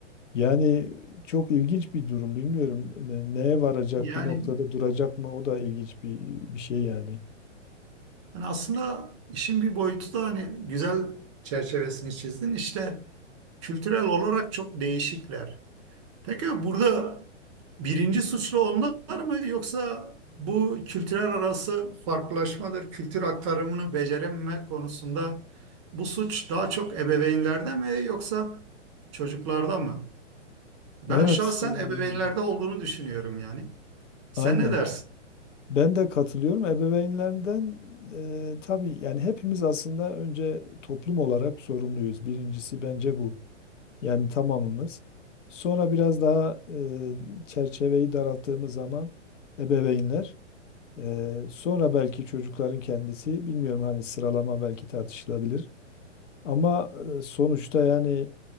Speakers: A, on the left; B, on the right.
A: Yani çok ilginç bir durum bilmiyorum. Ne- Neye varacak
B: Yani
A: bir noktada duracak mı? O da ilginç bir bir şey yani.
B: Yani aslında işin bir boyutu da hani güzel çerçevesini çizdin. İşte kültürel olarak çok değişikler. Peki burada birinci suçlu onlar mı yoksa bu kültürel arası farklılaşmadır, kültür aktarımını becerememe konusunda bu suç daha çok ebeveynlerde mi yoksa çocuklarda mı? Ben
A: Evet,
B: şahsen
A: e,
B: ebeveynlerde olduğunu düşünüyorum yani. Sen
A: aynen.
B: ne dersin?
A: Ben de katılıyorum. Ebeveynlerden e, tabii yani hepimiz aslında önce toplum olarak sorumluyuz. Birincisi bence bu. Yani tamamımız. Sonra biraz daha e, çerçeveyi daralttığımız zaman ebeveynler, e, sonra belki çocukların kendisi, bilmiyorum hani sıralama belki tartışılabilir. Ama e, sonuçta yani